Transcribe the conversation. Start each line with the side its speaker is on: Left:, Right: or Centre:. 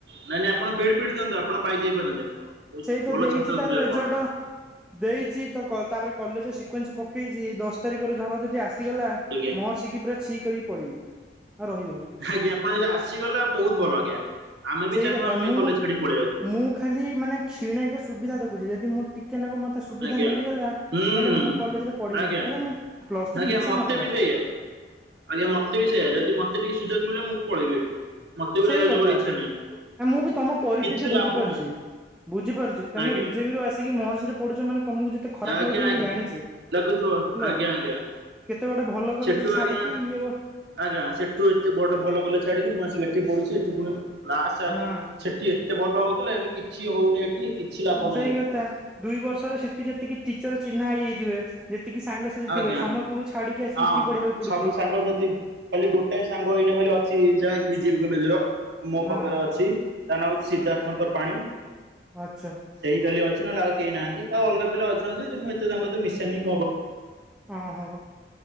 Right: ନାଇଁ ନାଇଁ ଆପଣ ବିଇଡ଼ି ଫିଡ଼ି ଦିଅନ୍ତୁ। ଆପଣ ପାଇ ଯାଇପାରନ୍ତି ଆପଣ। ବହୁତ
Centre: ସେଇତ
Right: ଭଲ
Centre: ଦେଇଚି
Right: ଛାତ୍ର
Centre: ତା'ର
Right: ଥିଲେ
Centre: ରେଜଲ୍ଟ
Right: ଆପଣ ଜଣେ
Centre: ଦେଇଚି ତା'ପରେ କଲେଜେ ସିକ୍ୱେନ୍ସ ପକେଇଚି। ଏଇ ଦଶ୍ ତାରିକ ରେ ଧର ଯଦି ଆ
Right: ଆଜ୍ଞା
Centre: ମହର୍ଷିି କି ପୁରା ଛି କରିକି ପଳେଇବି, ରହିବିନି।
Right: ଆଜ୍ଞା ଆପଣ ଯଦି ଆସିଗଲା, ବହୁତ୍ ଭଲ ଆଜ୍ଞା, ଆମେ
Centre: ସେଇ
Right: ବି ଚାହିଁବୁ,
Centre: କଥା ମୁଁ
Right: ଏଇ କଲେଜ୍‌ ଛାଡ଼ି ପଳେଇବାକୁ।
Centre: ମୁଁ ଖାଲି ମାନେ କ୍ଷୀଣେକେ ସୁବିଧା ଦେଖୁଚି, ଯଦି ମୁଁ ଟିକେ ନାକୁ ମତେ ସୁବିଧା
Right: ଆଜ୍ଞା।
Centre: ମିଳିଗଲା।
Right: ହୁଁ
Centre: ମୁଁ କଲେଜରେ ପଢ଼ିବିନି,
Right: ଆଜ୍ଞା
Centre: ଆରେ ପ୍ଲସ୍‌ଥ୍ରୀ
Right: ଆଜ୍ଞା
Centre: ଇଚ୍ଛା
Right: ମତେ
Centre: ନ--ଲା।
Right: ବି ସେଇଆ। ଆଜ୍ଞା ମତେ ବି ସେଇଆ, ଯଦି ମତେ ଟିକେ ସୁଯକ୍ ମିଳିବ। ମୁଁ ପଳେଇବି ଏଠୁ, ମତେ ବି
Centre: ସେଇ
Right: ରହିବା କୁ
Centre: କଥା
Right: ଜମାରୁ ଇଚ୍ଛା ନାହିଁ।
Centre: ମୁଁ ବି ତମ ପରିସ୍ଥିତି
Right: କିଛି
Centre: ବୁଝିପାରୁଚି।
Right: ଲାଭ ନାହିଁ
Centre: ବୁଝିପାରୁଚି ତମେ
Right: ଆଜ୍ଞା
Centre: ବିଜେପି ରୁ ଆସି ମହର୍ଷିରେ ପଡୁଚ ମାନେ ତମକୁ ଯେତେ ଖରାପ୍
Right: ଆଜ୍ଞା
Centre: ଲାଗୁଥିବ
Right: ଆଜ୍ଞା।
Centre: ମୁଁ ଜାଣିଚି ହେଲା।
Right: ଲାଗୁଥିବ ଆଜ୍ଞା ଆଜ୍ଞା
Centre: କେତେ ଗୋଟେ ଭଲ
Right: ସେଠୁ
Centre: କଲେଜେ ଛାଡ଼ିକି
Right: ଆଜ୍ଞା
Centre: ଇଏ
Right: ଆଜ୍ଞା, ସେଠୁ ଏତେ ବଡ଼ ଭଲ କଲେଜ୍‌ ଛାଡ଼ିକି ମୁଁ ଆସିକି ଏଠି ପଢୁଛି। ଏଠି ପୁଣି କ୍ଲା ଆଜ୍ଞା
Centre: ହଁ
Right: ଏତେ ଭଲ ହଉଥିଲା, ଏବେ କିଛି ହଉନି ଏଠି। କିଛି ଲାଭ ନାହିଁ
Centre: ସେଇ
Right: ଏଠି
Centre: କଥା,
Right: ପଢିକି।
Centre: ଦୁଇ ବର୍ଷରେ ଠି ଯେତିକି ଟିଚର ଚିହ୍ନା ହେଇ ଯାଇଥିବେ। ଯେତିକି ସାଙ୍ଗସାଥି
Right: ଆଜ୍ଞା
Centre: ଥିବେ ସମସ୍ତଙ୍କୁ ଛାଡ଼ିକି ଆସି
Right: ହଁ
Centre: ଏଠି ପଢ଼ିବାକୁ ପଡୁଚି।
Right: <inaudible> ଖାଲି ଗୋଟାଏ ସାଙ୍ଗ ଏ----ଖାଲି ଅଛି, ଯାହାକି ବିଜେପି କଲେଜେ ର ମୋ
Centre: ହଁ
Right: ପାଖରେ ଅଛି। <inaudible>
Centre: ଆଚ୍ଛା।
Right: ସେ---ଖାଲି ଅଛି, ନହେଲେ ଆଉ କେହି ନାହାନ୍ତି। ଆଉ ଅଲ୍‌ଗା ପିଲା ଅଛନ୍ତି, ଯେ ମୁଁ ଏତେ ତାଙ୍କ ସହିତ ମିଶେନି
Centre: ଓହୋ।